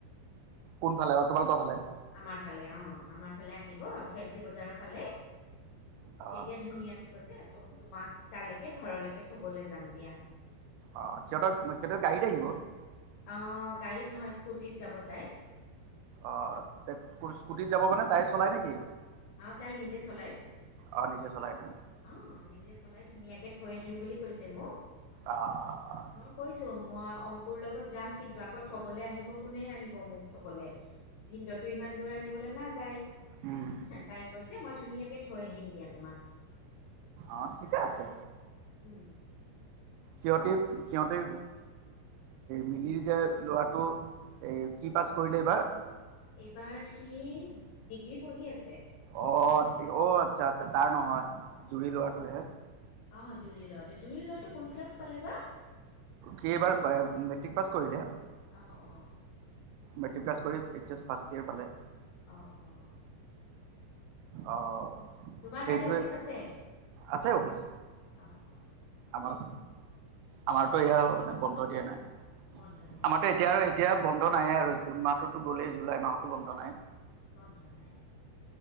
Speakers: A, on the right; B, on the left.
A: কোন ফালে তোমালোকৰ ফালে?
B: আমাৰ ফালে অ' আমাৰ ফালে আহিব ফেঞ্চি বজাৰৰ ফালে।
A: অ',
B: তেতিয়া ধুনীয়াক কৈছে তোমাক তালৈকে ঘৰলৈকে থবলৈ যাম দিয়া।
A: অ' সিহঁতক সিহঁতৰ গাড়ীত আহিব?
B: অঁ' গাড়ীত নহয় স্কুটিত যাব তাই।
A: অ' স্কুটিত যাব মানে তাই চলাই নেকি?
B: আৰু তাই নিজে চলায়।
A: অ' নিজে চলাই নহ।
B: অ' নিজে চলাই ধুনীয়াকে থৈ আহিম বুলি কৈছে মোক
A: অ',
B: মই কৈছো মই অংকুৰ লগত যাম কিন্তু আকৌ থবলৈ আহিব কোনে আহিব মোক থবলৈ? ভিনন্দতো ইমান দূৰ আনিবলৈ নাযায়।
A: উম,
B: তাই কৈছে মই ধুনীয়াকে থৈ আহিম দিয়া তোমাক।
A: অ' কিবা আছে।
B: উম',
A: সিহঁতে সিহঁতে মিলি যে লৰাটো এ কি পাছ কৰিলে এইবাৰ
B: এইবাৰ সি ডিগ্ৰী পঢ়ি আছে
A: অ অ আচ্ছা আচ্ছা তাৰ নহয় জুৰি লৰাটোহে
B: অ জুইৰি ল'ৰাটো জুৰি ল'ৰাটো কোন ক্লাছ পালে বা
A: কি এইবাৰ মেট্ৰিক পাছ কৰিলে
B: অ অ উম
A: মেট্ৰিক পাছ কৰি এইচ এছ ফাৰ্ষট ইয়েৰ পালে
B: অঁ অঁ
A: অ
B: তোমাৰ
A: সেইটোৱে
B: কালি অফিচ আছে?
A: আছে অফিচ
B: অ অ
A: আমাৰ আমাৰতো এয়া মানে বন্ধ দিয়া নাই
B: বন্ধ দিয়া
A: আমাৰো
B: নাই
A: এতিয়া আৰু এতিয়া বন্ধ নাই আৰু জুন মাহটোতো গ'লেই জুলাই মাহতো বন্ধ নাই
B: বন্ধ নাই